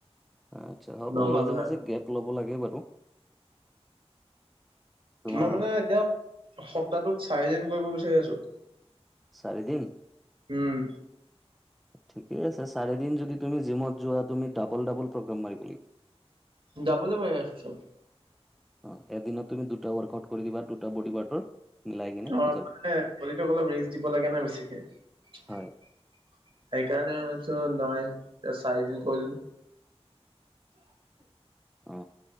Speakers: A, in the centre; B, on the right.
A: আচ্ছা হ'ব
B: নগ'লো
A: মাজে
B: আৰু।
A: মাজে গেপ ল'ব লাগে বাৰু তোমাৰ
B: মই মানে এতিয়া সপ্তাহটোত চাৰিদিন কৰিব বিচাৰি আছো
A: চাৰি দিন।
B: উম।
A: ঠিকে আছে চাৰিদিন যদি তুমি জিমত যোৱা তুমি ডাবল ডাবল প্ৰগ্ৰেম মাৰিব লাগিব।
B: যাবলৈ মাৰ আছো চব
A: অঁ এদিনত তুমি দুটা ৱৰ্কআউট কৰি দিবা দুটা বডি পাৰ্টৰ মিলাই কিনে
B: অঁ
A: হৈ যাব
B: মানে পলিটোক অলপ ৰিচ দিব লাগে নাই বেছিকে সেই
A: হয়
B: কাৰণেই। নহয় এ চাৰিদিন কৰিলো।
A: অ